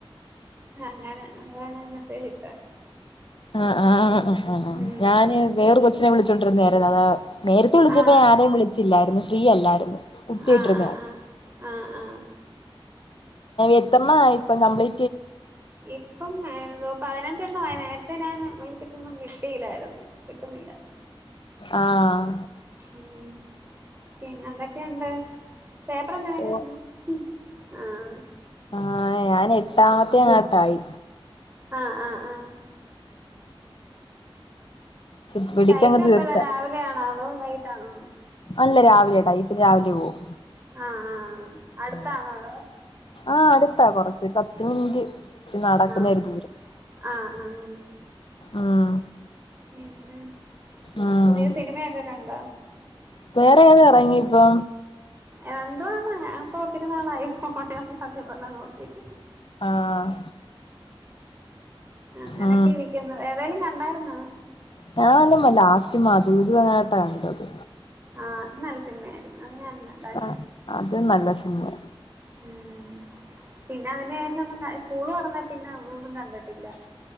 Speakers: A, on the right (about 25°); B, on the left (about 60°).
A: അങ്ങനെ അങ്ങ മെസേജ ഇട്ട
B: ആ് ആ് ആ ആ്്
A: ഉം
B: ഞാന്
A: ഉം
B: വേറ കൊച്ചിനെ വിളിച്ചോണ്ടിരുന്നതരരുന്നു അതാ നേരത്തെ വിളിച്ചപ്പോ
A: ആഹ്
B: ഞാനെയും വിളിച്ചില്ലായിരുന്നു ഫ്രീ അല്ലായിരുന്നു കുട്ടിട്ടക്ക
A: ആഹ് ആഹ് ആഹ് ആഹ് ആഹ്
B: എത്തന ഇപ്പൊ കംപ്ലൈ
A: ഇപ്പം ഏന്തോ പതിനഞ്ച് നേരത്തെ ഞാൻ വിളിച്ചിട്ടൊന്നും കിട്ടയില്ലായിരുന്നു കിട്ടുന്നില്ല
B: ആഹ
A: ഉം പിന്നെ എന്തൊക്കെയുണ്ട് പേപ്പർ എന്തിനാ കീറുന്നെ
B: ഓ
A: ആഹ്
B: ആഹ ഞാൻ എട്ടാമത്തെ അങ്ങാത്തായി
A: ആഹ് ആഹ ആഹ
B: ആഹ പിെടിച്ചങ്ങ
A: ടൈപ്പ്
B: തീർത്ത
A: എപ്പഴാ രാവിലെയാണോ അതോ വൈകിട്ടാണോ
B: അല്ല രാവിലെ ട്ടാ ഇപ്പ രാവിലെ പോകവും
A: ആഹ് ആഹ് അടുത്താണോ
B: ആ
A: അതോ
B: ആഹ അടുത്താ കൊറച്ച ഒരു പത്ത് മിനിറ്റ് നടക്കുന്നൊ
A: ആഹ്
B: ഒരു ദൂരം
A: ആഹ് ആഹ്
B: ആഹ
A: പിന്നെ
B: ഉം
A: പുതിയ സിനിമയൊക്കെ കണ്ട
B: വേറെ ഏത ഇറങ്ങി ഇപ്പൊ
A: എന്ത ആണ ഞാൻിപ്പോ ഒത്തിരി നാളായി പോ കഥേപ്പല്ലാം നോക്കിട്ട്
B: ആഹ്
A: അങ്ങനെയൊക്കെ
B: ഉം
A: ഇരിക്കുന്നു ഏതായാലും കണ്ടായിുന്ന
B: ഞൻല്ല ലാസ്റ്റ് മ അധികതനട്ടാ കണ്ടത്
A: ആഹ അത് നല്ല സിനിമയായിരുന്നു അത് ഞാനണ്ടായിരുന്നു
B: ആഹ് അത് നല്ല സിനിമയാ
A: ഉം പിന്നെ അതിന് ശേഷം സ്കൂൾ പറന്നാ പിന്നെ ൊന്നും കണ്ടിട്ടില്ല